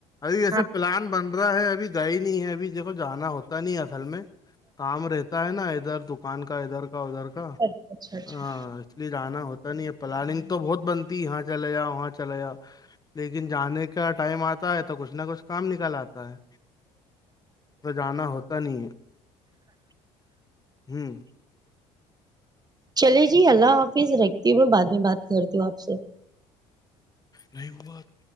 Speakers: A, on the left (about 25°); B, on the right (about 25°).
A: ابھی اییسے
B: ہاں
A: پلان بن رہا ہے ابھی- گ ہی نہیں ہے ابھی دھو جانا ہوتا نہیں ہے اصل میں کام رہتا ہے نا ادھر دکان کا ادھر کا- کا ادھر کا
B: اچھا اچھا
A: ہ اس لیے جانا ہوتا نہیں ہے پلاننگ تو بہت بن- یہاں چلے جاؤ وہاں چلے جا لیکن جانے کا ٹائم آتا ہے تو کچھ نہ کچھ- کام نکال آتا ہے تو جانا ہوتا- ک نہیں ہے ہوں-
B: چلے جی اللہ حافظ رکھتی ہوں میں بعد میں بات کرتی ہوں آپ سے-
A: نہیں وہ بات-